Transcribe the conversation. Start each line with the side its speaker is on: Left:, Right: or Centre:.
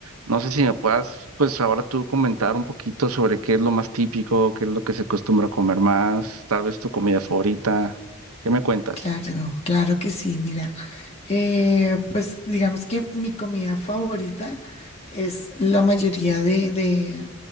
Right: No sé si me puedas pues ahora tú comentar un poquito sobre qué es lo más típico, qué es lo que se acostumbra a comer más, tal vez tu comida favorita. ¿Qué me cuentas?
Left: Claro, claro que sí, mira. eh, pues digamos que mi comida favorita es la mayoría de, de,